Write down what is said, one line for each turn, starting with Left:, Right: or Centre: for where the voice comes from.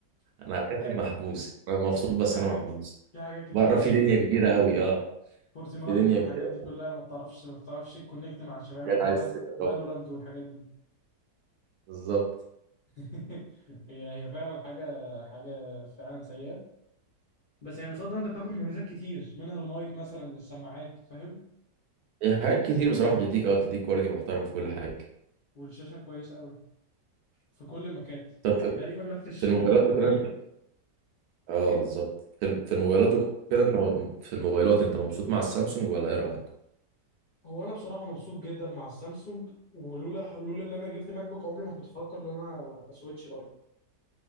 Left: <laughs>
Right: انا بحس
Left: حي-
Right: اني محبوس انا مبسوط بس
Left: في حاجات
Right: انا محبوس
Left: في حاجات كتير
Right: بره
Left: فايتين
Right: في دنيا كبيره قوي اه
Left: فورتنايت
Right: في دنيا
Left: والحاجات
Right: كبيره
Left: دي كلها ما بتعرفش ما بتعرفش تكونكت مع الشباب
Right: حاجات عايز تجربها
Left: فالورانت والحاجات دي
Right: بالظبط
Left: <laughs> هي هي فعلا حاجة حاجة فعلا سيئة بس يعني قصاد ده انت بتاخد مميزات كتير منها المايك مثلا للسماعات فاهم
Right: هي حاجات كتير بصراحة بتديك اه بتديك كواليتي محترم في كل حاجة
Left: والشاشة كويسة قوي في كل المكات
Right: طب في
Left: تقريبا نفس الشاشة
Right: في الموبايلات
Left: بتبقى في كل
Right: مثلا
Left: المكان
Right: اه
Left: ايه
Right: بالظبط في في الموبايلات وكده انت م- في الموبايلات انت مبسوط مع السامسونج ولا ايه رأيك؟
Left: هو انا بصراحة مبسوط جدا مع السامسونج ولولا لولا ان انا جبت ماك بوك عمري ما كنت افكر ان انا اسويتش لايف